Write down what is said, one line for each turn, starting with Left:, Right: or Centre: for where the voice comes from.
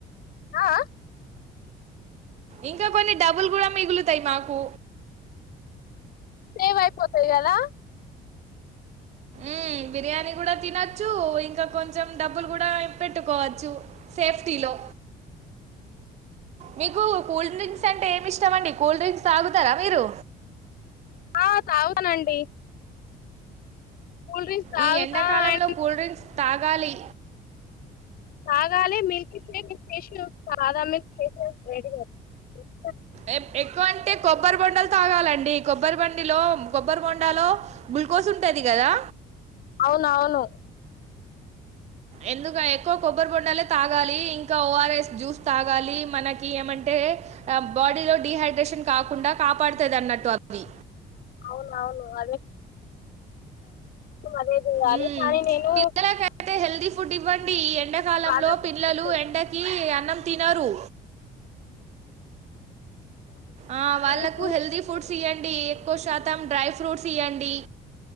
Left: ఆ
Right: ఇంకా కొన్ని డబ్బులు
Left: ఆ
Right: కూడా మిగులుతాయి మాకు
Left: సేవ్ అయిపోతాయి కదా
Right: ఆ బిర్యానీ కూడా తినొచ్చు ఇంకా కొంచెం డబ్బులు కూడా పెట్టుకోవచ్చు సేఫ్టీ లో మీకు కూల్ డ్రింక్స్ అంటే ఏమి ఇష్టమ అండి కూల్ డ్రింక్స్ తాగుతారా మీరు
Left: ఆ తాగుతానండి. కూల్ డ్రింక్స్ తాగుతా
Right: ఈ ఎండాకాలంలో
Left: అండ్
Right: కూల్ డ్రింక్స్ తాగాలి.
Left: తాగాలే మిల్క్ షేక్ చేసి సాదా మీ చేస రెడీ అ
Right: ఏ ఎక్కవ అంటే కొబ్బరి బొండలు తాగాలండి కొబ్బరి బండిలో కొబ్బరి బొండలో గ్లుకోజూ ఉంటది. కదా
Left: అవునవును
Right: ఎందుక ఎక్కువ కొబ్బరి బోండా తాగాలి ఇంకా ఓఆర్ఎస్ జ్యూస్ తాగాలి మనకి ఏమంటే బాడీలో డిహైడ్రేష న్ కాకుండా కాపాడుతదన్నట్టు అవి
Left: అవునవును అదే అదే చేయాలి
Right: ఉమ్
Left: కానీ నేను
Right: పిల్లలకైతే హెల్తీ ఫుడ్ ఇవ్వండి. ఎండకాలంలో
Left: ప్రాధాన్యతలు
Right: పిల్లలు ఎండ కి అన్నం తినరు ఆ వాళ్ళకు
Left: ఇవి చూసి
Right: హెల్దీ ఫుడ్స్ ఇయ్యండి ఎక్కువ శాతం డ్రై ఫ్రూట్స్ ఇవ్వండి.